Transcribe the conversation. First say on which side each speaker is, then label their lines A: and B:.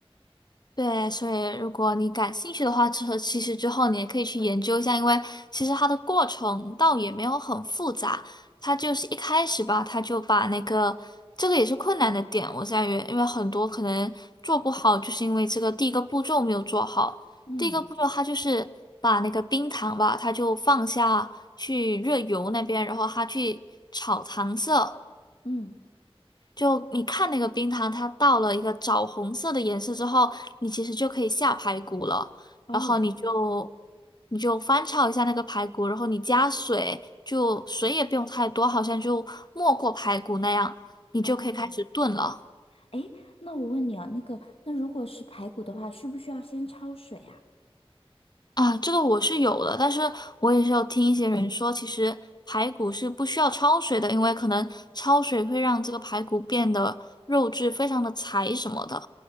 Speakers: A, on the left; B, on the left.
A: 对，所以如果你感兴趣的话，之后其实之后你也可以去研究一下，因为其实它的过程倒也没有很复杂，它就是一开始吧，它就把那个这个也是困难的点，我在于，因为很多可能做不好，就是因为这个第一个步骤没有做好，
B: 嗯
A: 第一个步骤它就是把那个冰糖吧，它就放下去热油那边，然后它去炒糖色。
B: 嗯，
A: 就你看那个冰糖，它到了一个枣红色的颜色之后，你其实就可以下排骨了。
B: 哦
A: 然后你就你就翻炒一下那个排骨，然后你加水，就水也不用太多，好像就没过排骨那样，你就可以开始炖了。
B: 哦，哎，那我问你啊，那个，那如果是排骨的话，需不需要先焯水啊？
A: 啊，这个我是有的，但是我也是有听一些人说，其实排骨是不需要焯水的，因为可能焯水会让这个排骨变得肉质非常的柴什么的。